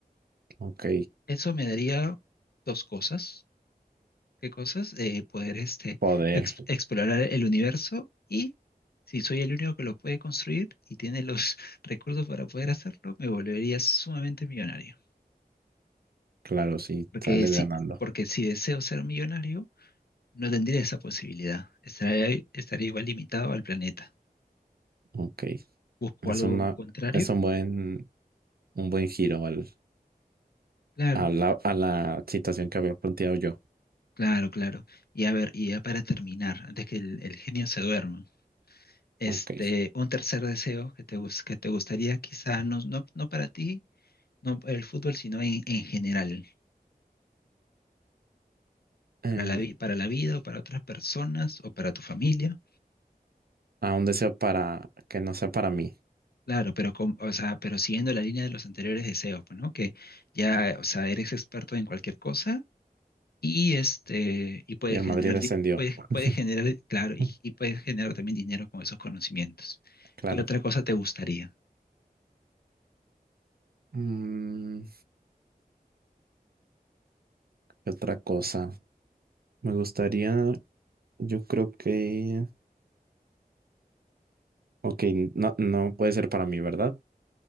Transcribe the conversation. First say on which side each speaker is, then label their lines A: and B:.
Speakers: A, on the right; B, on the left.
A: ok.
B: Eso me daría dos cosas. ¿Qué cosas? Eh, poder este,
A: Poder,
B: ex- explorar el universo y si soy el único que lo puede construir y tiene los <laughs> recursos para poder hacerlo, me volvería sumamente millonario.
A: claro, sí,
B: Porque
A: sales
B: si,
A: ganando.
B: porque si deseo ser millonario, No tendría esa posibilidad. Estaría, estaría igual limitado al planeta.
A: Ok.
B: ¿Busco
A: Es
B: algo
A: una,
B: contrario?
A: es un buen, un buen giro al,
B: Claro,
A: a la, a la situación que había planteado yo.
B: claro, claro. Y a ver, y ya para terminar, antes que el, el genio se duerma, este,
A: Ok.
B: un tercer deseo que te, gus- que te gustaría, quizá no, no, no para ti, no para el fútbol, sino en, en general,
A: Em,
B: para la, vi- para la vida o para otras personas o para tu familia.
A: a un deseo para que no sea para mí.
B: Claro, pero, con- o sea, pero siguiendo la línea de los anteriores deseos, pues, ¿no? Que ya, o sea, eres experto en cualquier cosa y este, y puede
A: Y el
B: generar,
A: Madrid descendió.
B: di- puede, puede generar, claro,
A: <laughs>
B: y, y puede generar también dinero con esos conocimientos.
A: Claro.
B: ¿Qué otra cosa te gustaría?
A: Mm, ¿qué otra cosa? Me gustaría, yo creo que. Ok, no, no puede ser para mí, ¿verdad?